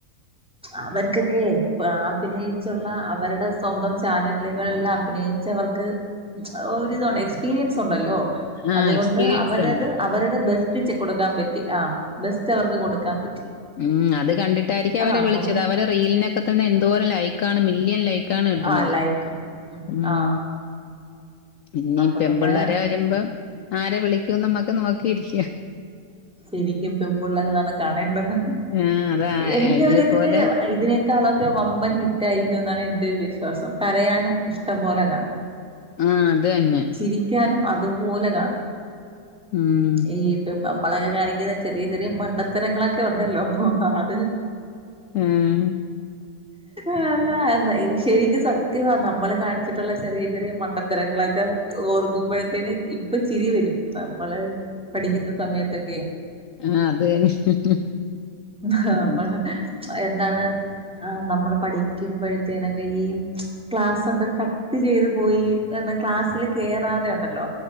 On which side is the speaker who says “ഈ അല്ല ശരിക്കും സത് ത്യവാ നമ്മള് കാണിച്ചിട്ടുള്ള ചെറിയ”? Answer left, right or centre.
Centre